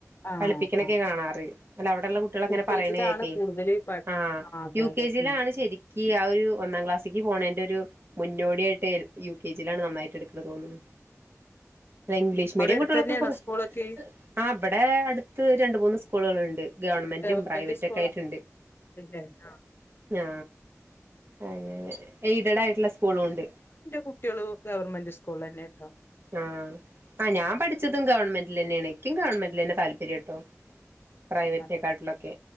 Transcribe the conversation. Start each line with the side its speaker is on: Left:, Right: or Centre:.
Left: ആഹ്
Right: കളിപ്പിക്കണൊക്കെ
Left: ആഹ്
Right: കാണാറ് അല്ല അവടള്ള കുട്ടളൊക്കെ
Left: യു
Right: ഇങ്ങനെ
Left: കെ
Right: പറയണകേക്കെ
Left: ജിയിലാണ് കൂടുതൽ പ
Right: ആ
Left: ആഹ് അതെ
Right: യു
Left: അതെ
Right: കെ ജിലാണ്
Left: ഉം
Right: ശെരിക്ക്‌ ആ ഒരു ഒന്നാക്ലാസീ ക്ക് പോണെന്റെരൂ മുന്നോടിയട്ട് ട്ടേൽ യു കെ ജിലാണ് നന്നായിട്ട് എടുക്കണ് തോന്ന്ണ് ല്ല ഇംഗ്ലീഷ് മീഡിയം
Left: അവിടെ അടുത്ത്
Right: കുട്ടോൾ
Left: തന്നെയാണോ
Right: ക്കൊക്കെപെ
Left: സ്കൂളൊക്കെ
Right: ആ ഇപടെ അടുത്ത് രണ്ട് മൂന്ന് സ്കൂളുകളുണ്ട് ഗവൺമെന്റും
Left: ഗവൺമെന്റ്
Right: പ്രൈവറ്റൊക്കെ
Left: സ്കൂള്
Right: ആയിട്ട്
Left: അല്ലേ ആഹ്
Right: ണ്ട് ആ അ യ യ യ യ എയ്ഡഡ് ആയിട്ട്ള്ള സ്കൂളുഉണ്ട്
Left: കുട്ടേളു ഗവർമെന്റ് സ്കൂളിലെന്നെട്ടോ
Right: ആ ആ ഞാൻ പഠിച്ചതും ഗവൺമെ ന്റിലെനേണെ എക്കും ഗവൺമെന്റിലെന്നെ താല്പര്യം ട്ടോ പ്രൈവറ്റ്ലെക്കാട്ടിലൊക്കെ
Left: അതെ